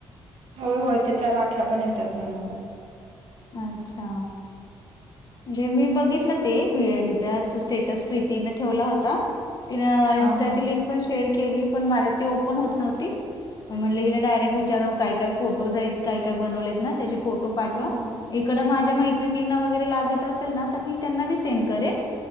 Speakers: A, on the right; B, on the left.
A: होय होय त्याच्या राख्या पण येतात बनवता.
B: अच्छा जे मी बघितलं ते हे हिचा स्टेटस प्रीतीने ठेवला होता. तिनं
A: हा
B: इनस्टाची
A: हा
B: लिंक पण शेअर केली, पण माझ्यात ती ओपन होत न्हवती. मग म्हंटले हिला डायरेक्ट विचाराव
A: हो
B: काय काय फोट टोज आहेत. काही काय बनवलेत ना त्याचे फोटो पाठवा.
A: होय
B: इकडं माझ्या मैत्रिणींना वगैरे लागत असेल ना, तर मी त्यांना बी सेंड करेन.